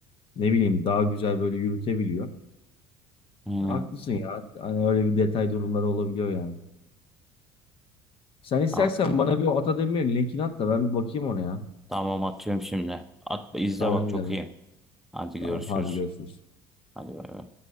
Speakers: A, on the left; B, in the centre.
A: ne bileyim daha güzel böyle yürütebiliyor.
B: Hı,
A: E, Haklısın ya. Hani öyle bir detay durumları olabiliyor yani. Sen istersen
B: al.
A: bana bir o Atademir'in linkini at da ben bir bakayım ona ya.
B: Tamam atıyorum şimdi. At, izle
A: Tamam
B: bak çok
A: canım.
B: iyi. Hadi görüşürüz.
A: Tamam hadi görüşürüz.
B: Hadi bay bay.